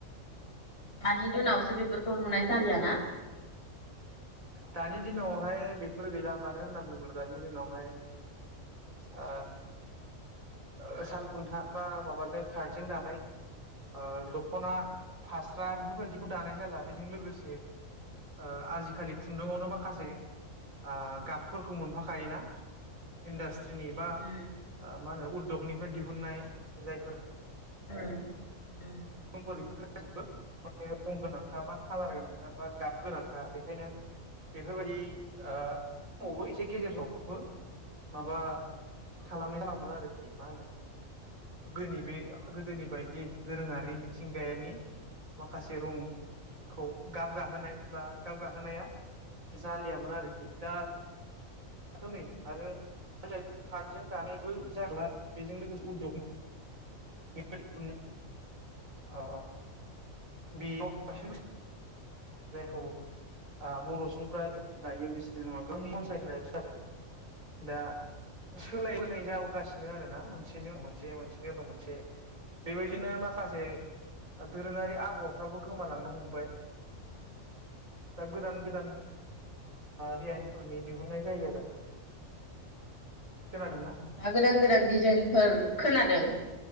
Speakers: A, on the left (about 50°); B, on the right (about 80°).
A: दानि दिनाव बेफोरखौ नुनाय जालिया ना
B: दानि दिनावहाय बेफोर गैला मानो होनना बुङोब्ला दानि दिनावहाय ओ ओ साल खुन्था बा माबाजों कारजों जानाय ओ दख दख'ना फास्रा बेफोरबायदि खौ दानाय जाला बेजों लोगोसे ओ आजिखालि खुन्दुावनो माखासे ओ गाबफोरखौ मोनफाखायोना इन्डास्ट्रि जेनेबा
A: उम
B: ओ मा होनो उद दगनिफ्राय दिहुननाय जायफोर
A: उम उम
B: <unintelligible> खालार मोनफ्रांबा गान- गोनांखा बेखायनो बेफोरबायदि आ समावबो एसे गेजेरावबो माबा खालामनाय खालामोन आरोखि मा होनो गोनि बे गोदोनि बायदि दोरोङारि बै मिथिंगायानि माखासे रंखौ गाब गाहोनाय बा गाब गाहोनाया जालियामोन आरो खि दा दाथ नै आरो थातजों दानायबो जाखाला बेजों लोगोसे <unintelligible> अ औ बेयाव जायखौ आ बर सुबुंफ्रा दायो बेसे गो मनसायो होननाय फ जादों दा सोलायबोनाय जाबोगासिनो आरो ना मोनसेनि उनाव मोनसे मोनसेनि उनाव मोनसे बेबायदिनो माखासे दुरुंरि आं- गफ्राबो गोमालांनो हमबाय दा गोदोन गोदान जा बेफारनि दिहुन्नाय जायो आरो खोनादोंना
A: दा गोदान गोदान डिजाइनफोर खोनादों